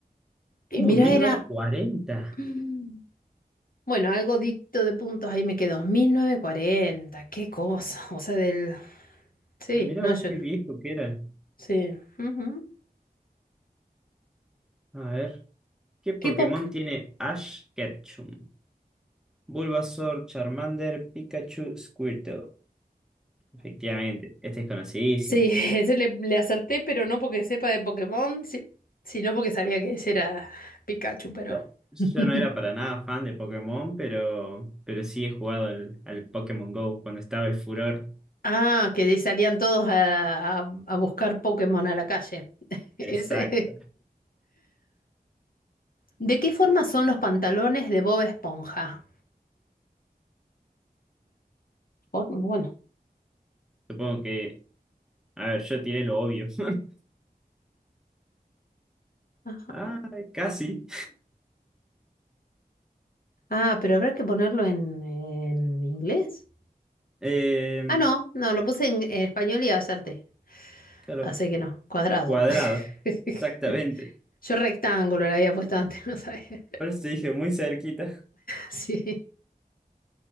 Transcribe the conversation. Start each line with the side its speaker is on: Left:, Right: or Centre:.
Left: Y
Centre: Uh,
Left: mira
Centre: mil
Left: era...
Centre: novecientos cuarenta.
Left: <clears throat> Mm. Bueno, algo dicto de puntos ahí me quedó. mil novecientos cuarenta qué cosa. O sea, del... Sí,
Centre: Mirá
Left: no,
Centre: vos
Left: yo...
Centre: qué viejo que era.
Left: Sí. ujú.
Centre: A ver, ¿qué Pokémon
Left: Qué poco.
Centre: tiene Ash Ketchum? Bulbasaur, Charmander, Pikachu, Squirtle. Efectivamente, este es conocidísimo.
Left: Sí, <laughs> ese le, le acerté, pero no porque sepa de Pokémon, si- sino porque sabía que ese era Pikachu, pero...
Centre: Claro, Yo
Left: <laughs>
Centre: no era para nada fan de Pokémon, pero, pero sí he jugado al, al Pokémon Go cuando estaba el furor.
Left: Ah, que salían todos a, a- a buscar Pokémon a la calle. <laughs> Ese.
Centre: Exacto.
Left: ¿De qué forma son los pantalones de Bob Esponja? Por- Bueno.
Centre: Supongo que, a ver, yo tiré lo obvio. <laughs>
Left: ajá.
Centre: Ah, casi.
Left: Ah, pero habrá que ponerlo en, en inglés.
Centre: Eh,
Left: Ah, no, no, lo puse en, en español y acerté.
Centre: claro,
Left: Así que no, cuadrado.
Centre: cuadrado.
Left: <laughs>
Centre: Exactamente.
Left: Yo rectángulo le había puesto antes, <laughs> no sabía.
Centre: Por eso te dije muy cerquita.
Left: Sí,